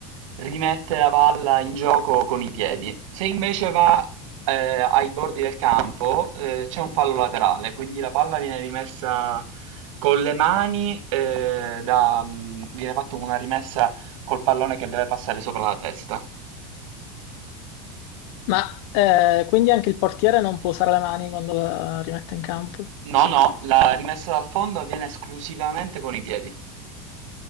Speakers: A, on the right; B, on the left.
A: rimette la palla in gioco con i piedi. Se invece va eh, ai bordi del campo, eh, c'è un fallo laterale, quindi la palla viene rimessa con le mani, eh, da- mm, viene fatta una rimessa col pallone che deve passare sopra la testa.
B: Ma eh, quindi anche il portiere non può usare le mani quando la rimette in campo?
A: No, no, la rimessa dal fondo avviene esclusivamente con i piedi.